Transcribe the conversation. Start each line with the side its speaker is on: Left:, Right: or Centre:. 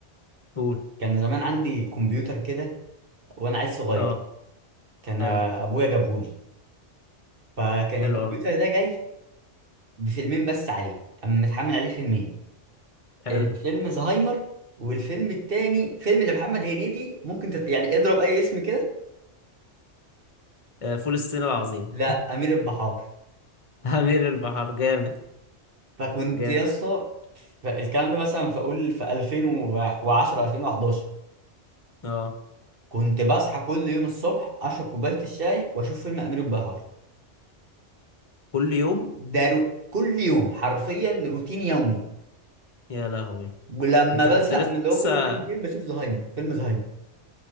Left: قول
Right: كان زمان عندي كمبيوتر كده وأنا عيل صغير
Left: اه
Right: كان
Left: حلو
Right: آه، أبويا جابهولي فكان الكمبيوتر
Left: حلو اوي
Right: ده جاي بفيلمين بس عليه كان متحمل عليه فيلمين
Left: حلو
Right: الفيلم زهايمر والفيلم التاني فيلم لمحمد هنيدي ممكن تت... يعني اضرب اي اسم كده
Left: آه، فول الصين العظيم
Right: لا امير البحار
Left: <laughs> أمير البحر جامد
Right: فكنت
Left: جامد
Right: يا اسطى ف- الكلام ده مثلا فاقول في 2010 2011
Left: اه
Right: كنت بصحى كل يوم الصبح اشرب كوبايه الشاي واشوف فيلم امير البحار
Left: كل يوم
Right: ده رو... كل يوم حرفيا روتين يومي
Left: يا لهوي
Right: ولما
Left: انت
Right: بزهق
Left: كنت لسه
Right: من اللي هو كل فيلم فيلم بشوف زهايمر فيلم زهايمر